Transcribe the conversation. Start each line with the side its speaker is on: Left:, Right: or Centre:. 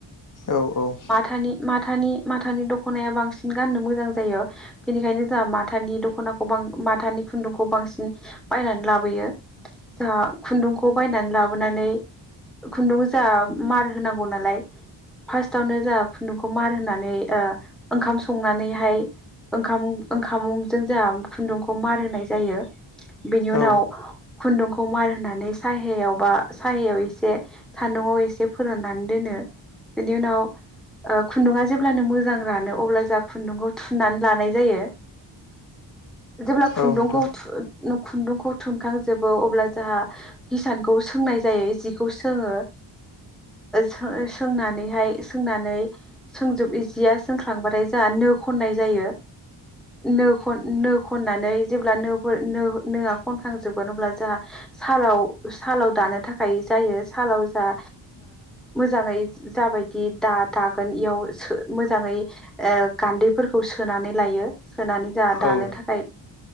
Left: औ औ।
Centre: थानि माथानि माथानि दखनाया बांसिन गाननो मोजां जायो बेनिखायनो जाहा माथानि दख' नाखौ बां माथानि खुन्दुंखौ बांसिन बायनानै लाबोयो। जों खुन्दुंखौ बायनानै लाबोनानै खुन्दुं जा मार होनांगौ नालाय फार्स्टावनो जा। खन्दुखौ मार होनानै ओंखाम संनानैहाय ओंखाम ओंखामुंजों जोंहा खुन्दुंखौ मार होनाय जायो बेनि उनाव
Left: औ
Centre: खुन्दुंखौ मार होनानै साहायाव बा साहायाव एसे सान्दुं आव एसे फोराननानै दोन नो बेनि उनाव ओ खुन्दुंङा जेब्लानो मोजां रानो अब्ला जों खुन्दुंखौ थुनानै लानाय जायो। जेब्ला खुन्दुंखौ
Left: औ नोंथां
Centre: थु खुन्दुंखौ थुनखांजोबो अब्ला जोंहा हिसानखौ सों नाय जिखौ सोङो सो सोंनानै हायो सोंनानै। सोंजोब इजया सोंख्लांबाथाय जोंना नी खननाय जायो नो नो खननानै जेब्ला नो नोआ खनखांजोबगोन अब्ला जोंहा सालाव सालाव दानो थाखाय जायो सालाव जा मोजांङै जा <inaudible> बायदि दा दागोन इयाव मोजांङै गान्दैफोरखौ सोनानै लायो सोनानै जोंहा दा दा
Left: औ
Centre: नों थाखाय